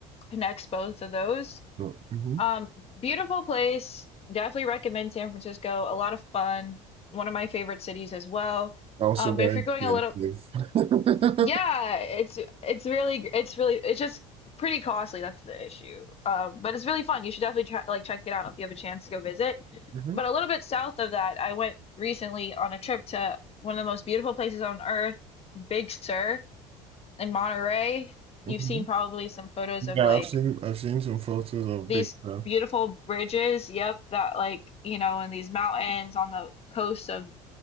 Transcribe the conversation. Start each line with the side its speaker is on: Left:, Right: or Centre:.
Left: connects both of those.
Right: So, mhm.
Left: Um, beautiful place. Definitely recommend San Francisco. A lot of fun. One of my favorite cities as well.
Right: Also
Left: Um,
Right: very
Left: but if you're
Right: expensive.
Left: going a little,
Right: <laughs>
Left: yeah, it's it's really it's really it's just pretty costly. That's the issue. Um, but it's really fun. You should definitely try, like check it out if you have a chance to go visit.
Right: Mhm,
Left: But a little bit south of that, I went recently on a trip to one of the most beautiful places on earth, Big Sur in Monterey.
Right: mhm.
Left: You've seen probably some photos
Right: Yeah,
Left: of like
Right: I've seen I've seen some photos of
Left: these
Right: Big Bear.
Left: beautiful bridges, yep, that like, you know, in these mountains on the coast of